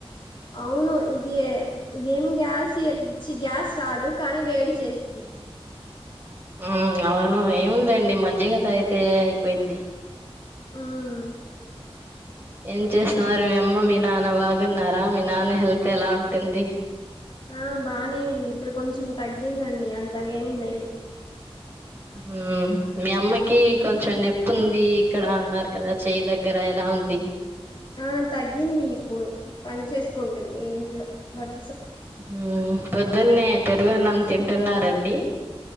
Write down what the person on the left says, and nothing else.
అవును ఇది ఏ ఇదేం గ్యాస్ ఇయ్ చి గ్యాస్ రాదు కానీ వేడి చేసిది
మ్మ్
ఆ బానే ఉంది ఇప్పుడు కొంచెం తగ్గిందండి అంతగా ఎం లేదు
<inaudible> తగ్గింది ఇప్పుడు పని చేేసుకుంటుంది ఇంట్లో బట్